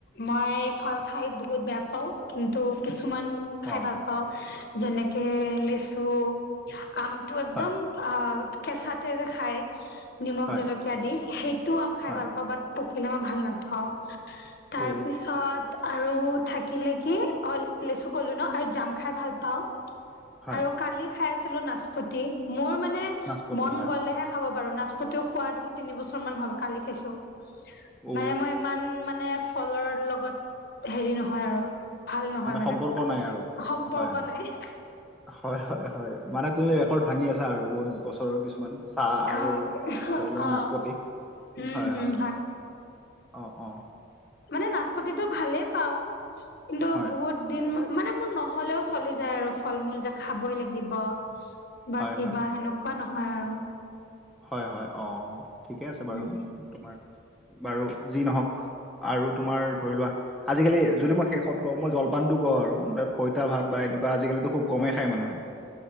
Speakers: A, on the left; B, in the centre.
A: মই ফাল খাই বহুত বেয়া পাওঁ কিন্তু কিছুমান খাই
B: অ
A: ভাল পা পাও‌ যেনেকে লেচু আমটো একদম
B: হয়
A: অ কেঁচাতে যে খায় নিমখ
B: হয়
A: জলকীয়া দি সেই টো আম খাই
B: হয়
A: ভাল পাওঁ বাট পকিলে মই ভাল নাপাওঁ তাৰ
B: অ
A: পিছত তাত আৰু থাকিলে কি অ লেচু কলো ন আৰু জাম খাই ভাল পাওঁ
B: হয়
A: আৰু কালি খাই আছিলো নাচপতি মোৰ মানে
B: নাচপতি
A: মন
B: হয়
A: গলেহে খাব পাৰো নাচপতিও খোৱা আজি মোৰ তিনিবছৰ মান হ'ল কালি খাইছো
B: অ
A: মানে মই ইমান মানে ফলৰ লগত হেৰি নহয় আৰু ভাল নহয় মানে
B: সম্পৰ্ক নাই আৰু
A: সম্পৰ্ক
B: হয় হয়
A: নাই
B: হয় হয় হয় মানে তুমি ৰেকৰ্ড ভাঙি আছা আৰু বহত বছৰৰ কিছুমান চাহ আৰু
A: অ
B: ধৰি লোৱা
A: অ'
B: নাচপতি
A: উম
B: হয়
A: হম
B: হয় অঁ অঁ
A: মানে নাচপতি টো ভালেই পাওঁ কিন্তু
B: হয়
A: বহুত দিন মানে মোৰ নহ'লেও চলি যায় আৰু ফল মূল যে খাবই লাগিব বা
B: হয়
A: কিবা
B: হয়
A: সেনেকুৱা নহয় আৰু
B: হয় হয় অ ঠিকে আছে
A: উম
B: বাৰু তোমাৰ বাৰু যি নহক আৰু তোমাৰ ধৰি লোৱা আজিকালি যদি মই শেষত কওঁ মই জলপানটো কওঁ আৰু বাত পইতা ভাত বা এনেকুৱা আজিকালিতো খুব কমেই খায় মানুহে